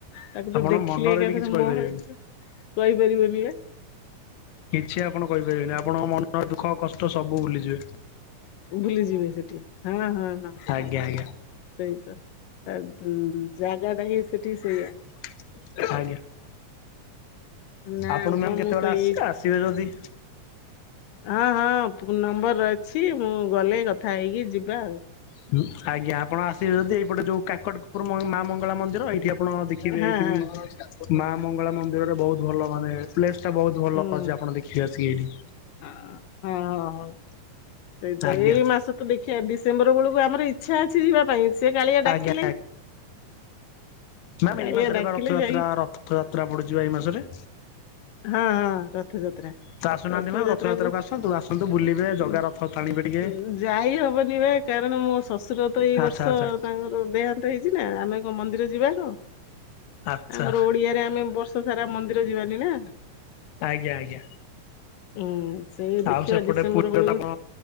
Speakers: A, on the left; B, on the left.
A: ତାକୁ ତ
B: ଆପଣ
A: ଦେଖିଲେ
B: ମନରେ
A: ଏକାଥରେ
B: ବି କିଛି କହିପାରିବେନି।
A: ମୋହ ହେଇଯିବ, କହିପାରିବନି ପା।
B: କିଛି ଆପଣ କହିପାରିବେନି, ଆପଣଙ୍କ ମନ ଦୁଃଖ କଷ୍ଟ ସବୁ ଭୁଲିଯିବେ।
A: ଭୁଲିଯିବେ ସେଠି ହଁ ହଁ ହଁ
B: ଆଜ୍ଞା ଆଜ୍ଞା।
A: ସେଇଟା ତା ଜାଗା ଟା ହିଁ ସେଠି ସେଇଆ
B: <unintelligible> ଆଜ୍ଞା,
A: ନା
B: ଆପଣ
A: ଆଉ
B: ମ୍ୟାମ
A: କଣ
B: କେତେବେଳେ
A: ମୁଁ ତ
B: ଆସିବେ,
A: ଏଇ
B: ଆସିବେ ଯଦି
A: ହଁ ହଁ, ପୁ ନମ୍ବର ଅଛି, ମୁଁ ଗଲେ କଥା ହେଇକି ଯିବା ଆଉ।
B: <unintelligible> ଆଜ୍ଞା ଆପଣ ଆସିବେ ଯଦି ଏଇପଟେ ଯୋଉ କାକଟପୁରୁ ମ ମା ମଙ୍ଗଳା ମନ୍ଦିର ଏଇଠି ଆପଣ ଦେଖିବେ
A: ହଁ
B: ଏଇଠି
A: ହଁ
B: ବି ମା ମଙ୍ଗଳା ମନ୍ଦିରରେ ବହୁତ୍ ଭଲ ମାନେ। ପ୍ଲେସ୍ ଟା ବହୁତ୍ ଭଲ
A: ହୁଁ
B: ଅଛି ଆପଣ ଦେଖିବେ ଆସିକି ଏଇଠି।
A: ହଁ ହଁ ହଉ ସେଇଟା
B: ଆଜ୍ଞା
A: ଏଇ ମାସ କୁ ଦେଖିବା ଡିସେମ୍ବର ବଳୁକୁ ଆମର ଇଚ୍ଛା ଅଛି ଯିବା ପାଇଁ ସେ କାଳିଆ ଡାକିଲେ।
B: ଆଜ୍ଞା ମ୍ୟାାମ୍
A: କାଳିଆ
B: ଏଇ ମାସରେ
A: ଡାକିଲେ
B: ବା ରଥଯାତ୍ରା
A: ଯାଇ
B: ରଥଯାତ୍ରା ପଡୁଛିି ବା ଏଇ ମାସରେ।
A: ହଁ ହଁ ରଥଯାତ୍ରା।
B: ତ ଆସୁନାହାନ୍ତି
A: ରଥଯାତ୍ରା
B: ମ୍ୟାମ୍ ରଥଯାତ୍ରାକୁ
A: କୁ
B: ଆସନ୍ତୁ ଆସନ୍ତୁ ବୁଲିବେ ଜଗା
A: ଉ
B: ରଥ ଟାଣିବେ ଟିକେ
A: ଉ ଯାଇ ହବନି ବା। କାରଣ ମୋ ଶଶୁର ତ ଏଇ
B: ଆଚ୍ଛା
A: ବର୍ଷ
B: ଆଚ୍ଛା।
A: ତାଙ୍କର ଦେହାନ୍ତ ହେଇଛି ନା ଆମେ କଣ ମନ୍ଦିର ଯିବାକୁ।
B: ଆଚ୍ଛା
A: ଆମର ଓଡିଆରେ ଆମେ ବର୍ଷ ସାରା ମନ୍ଦିର ଯିବାନି ନା।
B: ଆଜ୍ଞା ଆଜ୍ଞା।
A: ହୁଁ ସେଇ ଦେଖିବା
B: ଆଉ ସେପଟେ
A: ଡିସେମ୍ବର
B: ପୁରୀରେ
A: ବେଳୁକୁ।
B: ତ ଆପଣ